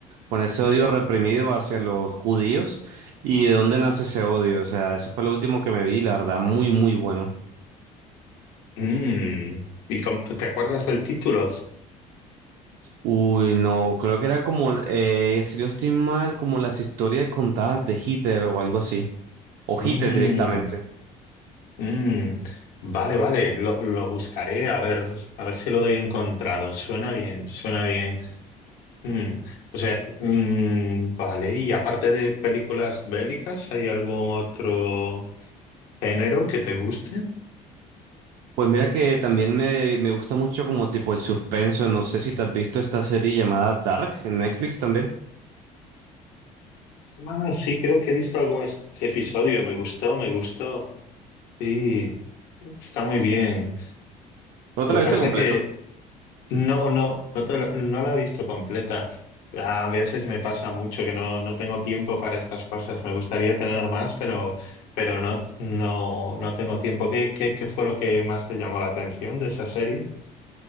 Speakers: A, on the right (about 70°); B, on the left (about 80°).
A: con ese odio reprimido hacia los judíos y de dónde nace ese odio. O sea, eso fue lo último que me vi, la verdad, muy, muy bueno.
B: Mm, ¿Y cómo- te acuerdas del título?
A: Uy, no, creo que eran como, eh, si no estoy mal, como las historias contadas de Hitler o algo así. O
B: Mm,
A: Hitler directamente.
B: Mm, vale, vale, lo, lo buscaré a ver, a ver si lo he encontrado. Suena bien, suena bien. Mm, o sea, mm, vale, y aparte de películas bélicas, ¿hay algún otro género que te guste?
A: Pues mira que también me, me gusta mucho como tipo el suspenso. No sé si te has visto esta serie llamada Dark en Netflix también.
B: Ah, sí, creo que he visto algún es- episodio, me gustó, me gustó. Sí, está muy bien.
A: ¿No te
B: Lo
A: la
B: que
A: viste
B: pasa
A: completa?
B: es que No, no, no, te lo- no la he visto completa. A veces me pasa mucho que no, no tengo tiempo para estas cosas. Me gustaría tener más, pero, pero no, no, no tengo tiempo. ¿Qué, qué, qué fue lo que más te llamó la atención de esa serie?